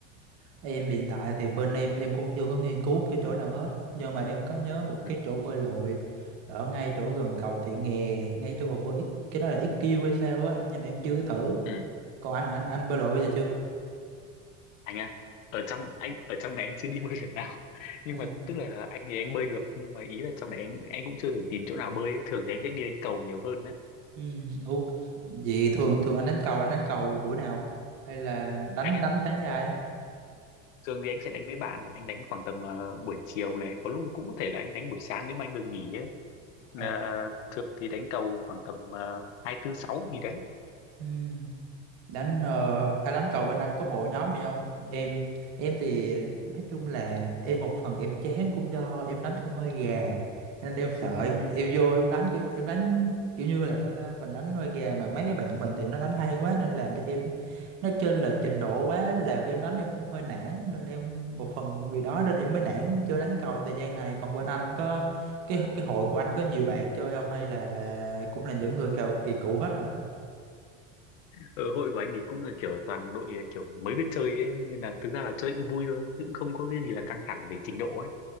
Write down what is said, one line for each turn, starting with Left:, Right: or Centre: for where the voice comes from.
Right: Em hiện tại thì bên em em cũng chưa có nghiên cứu một cái chỗ nào hết nhưng mà em có nhớ một
Left: ừ.
Right: cái chỗ bơi lội ở ngay chỗ gần cầu Thị Nghè ngay chỗ hồ bơi X- cái đó là XQ hay sao á nhưng mà em chưa có thử
Left: ừ.
Right: còn anh anh anh bơi lội bây giờ chưa
Left: anh à ở trong anh ở trong này anh chưa đi <laughs> bơi lần nào <laughs> nhưng
Right: à.
Left: mà tức là anh thì anh bơi được nhưng mà ý là trong này anh anh cũng chưa thử tìm chỗ nào bơi ấy. thường thì anh sẽ đi đánh cầu nhiều hơn đấy
Right: ừ. Ủa, vậy thường thường anh đánh cầu anh đánh cầu buổi nào hay là đánh
Left: anh
Right: đánh
Left: á
Right: đánh dài á
Left: thường thì anh sẽ đánh với bạn anh đánh khoảng tầm ờ, buổi chiều này có lúc cũng có thể là anh đánh buổi sáng nếu mà anh được nghỉ ấy.
Right: Ồ.
Left: Ờ, thường thì đánh cầu khoảng tầm ờ, hai tư sáu gì đấy
Right: ừ. đánh ờ, ai đánh cầu bên anh có hội nhóm gì không em em thì nói chung là em một phần em chán cũng do em đánh cũng hơi gà nên em sợ
Left: Ừ.
Right: em em vô em đánh kiểu- em đánh kiểu như là sao ta mình đánh hơi gà mà mấy cái bạn mình thì nó đánh hay quá nên làm cho em nó trên là trình độ quá làm em đánh em cũng hơi nản nên em một phần vì đó nên em mới nản chơi đánh cầu trong thời gian này còn bên anh có cái cái hội của anh có nhiều bạn chơi không hay là cũng là những người cào kỳ cựu hết rồi
Left: ở hội của anh ấy cũng là kiểu toàn đội kiểu mới biết chơi ấy nên là thực ra là chơi cũng vui thôi chứ cũng không có cái gì là căng thẳng về trình độ ấy